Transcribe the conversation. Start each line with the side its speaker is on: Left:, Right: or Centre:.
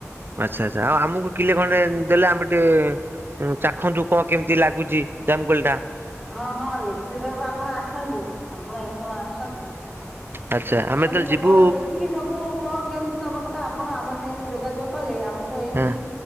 Right: ଆଚ୍ଛା ଆଚ୍ଛା ଆଉ ଆମକୁ କିଲେ ଖଣ୍ଡେ ଦେଲେ ଆମେ ଟିକେ ତ ଚାଖନ୍ତୁ କଣ କେମତି କେମିତି ଲାଗୁଚି ଜାମୁ କୋଳିଟା?
Centre: ହଁ ହଁ ନିଶ୍ଚିତ ଭବେ ଆପଣ ଆସନ୍ତୁ ଆପଣ ଏଇସୟ ଆସନ୍ତୁ।
Right: ଆଚ୍ଛା ଆମେ
Centre: ଆସନ୍ତୁ
Right: ଯେତେବେଳେ
Centre: କେତେବେଳେ
Right: ଯିବୁ
Centre: ଦେଖିକି ସବୁ କଣ କେମିତି ନବା କଥା ଆପଣ ଆମ ସାଙ୍ଗରେ ଯୋଗାଯୋଗ କଲେ ଆମେ ତ ଏଇଠି
Right: ହଁ